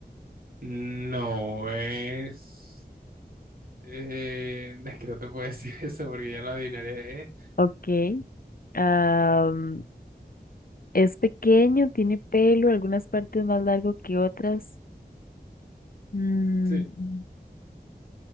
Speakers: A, on the right; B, on the left.
A: no es. eh, <laughs> es que no te puedo decir <laughs> eso porque ya lo adivinaré. Eh,
B: Ok. Am, es pequeño, tiene pelo, algunas partes más largo que otras. Mm,
A: sí,